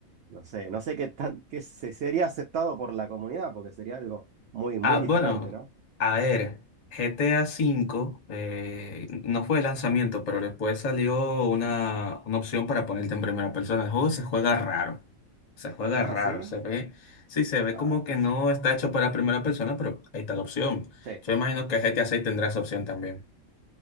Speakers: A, on the right; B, on the left.
A: no sé, no sé qué tan, qué se sería aceptado por la comunidad, porque sería algo muy, muy
B: Ah, bueno,
A: diferente, ¿no?
B: a ver, GTA V eh, no fue de lanzamiento, pero después salió una, una opción para ponerte en primera persona. El juego se juega raro, se juega
A: Ah,
B: raro,
A: sí.
B: se ve, sí, se ve
A: Ah,
B: como que no está hecho para primera persona, pero ahí está la opción.
A: sí.
B: Yo imagino que GTA seis tendrá esa opción también.